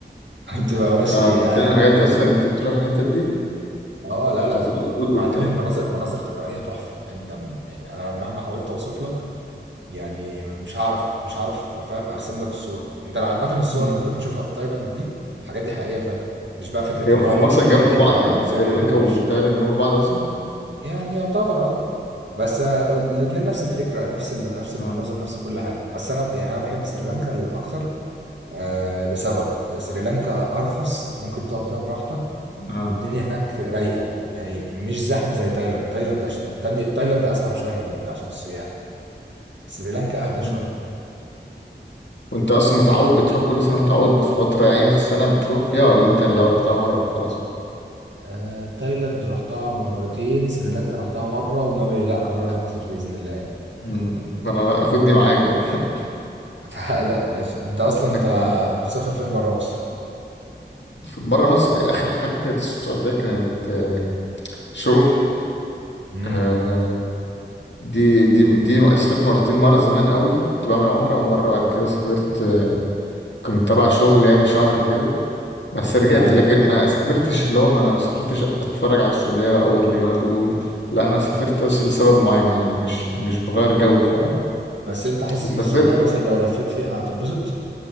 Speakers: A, on the right (about 80°); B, on the left (about 75°).
A: <laughs>
B: مم.
A: بتبقى ماشي
B: طب بتعمل
A: عادي الدنيا
B: الحاجات دي اصلا يعني انت تروح الحتت دي
A: اه لا لا
B: بتاعت اليهود
A: وبعدين
B: وبتاع
A: المناظر مناظر طبيعيه تحفه انت م- يعني انا مهما حاولت اوصف لك يعني مش هعرف مش هعرف افهم ارسم لك الصوره انت عامه الصور
B: مم.
A: اللي انت بتشوفها في تايلاند دي الحاجات دي حقيقيه فعلا مش بقى فكره
B: هي هم
A: ان هو حته
B: اصلا
A: كل
B: جنب
A: حته
B: بعض يعني
A: فيها
B: سريلانكا
A: حلو ووحش
B: وتايلاند جنب بعض اصلا
A: يعني يعتبر اه بس أنا الاتنين نفس الفكره نفس ال... نفس المناظر
B: آه.
A: نفس كل حاجه بس انا ب- يعني انا بحب سريلانكا الاكتر آه لسبب سريلانكا ارخص ممكن تقعد فيها براحتك
B: آه.
A: والدنيا هناك رايقه يعني مش زحمه زي تايلاند تايلاند عشان تاني- تايلاند ازحم شويه من عشان السياح سريلانكا اهدى
B: آه.
A: شويه
B: وانت اصلا متعود بتروح كل سنه متعود فتره يعني في السنه بتروح فيها ولا انت لو رحتها مره وخلاص
A: آه، تايلاند رحتها مرتين سريلانكا رحتها مره وناوي لا اكررها كتير باذن الله يعني
B: مم. ده انا خدني معاك بقى <laughs>
A: <laughs> تعالى يا باشا انت اصلا
B: احنا
A: انت
B: ك- آه.
A: مسافر فين بره مصر
B: في- بره مصر اخر حاجه كانت السعوديه كانت آه، شغل
A: امم
B: آه. دي دي دي سافرت مرتين مره زمان قوي كنت بعمل عمره ومره بعد كده سافرت آه، كنت تبع شغل يعني شهر كده بس رجعت
A: اه
B: لكن ما سافرتش اللي هو ما انا ما سافرتش اتفرج على السعودية بقى او الرياض و... لا انا سافرت بس لسبب معين يعني مش مش بغير جو فاهم
A: بس انت حاسس
B: وسافرت
A: ان السعوديه مثلا لو لفيت فيها هتتبسط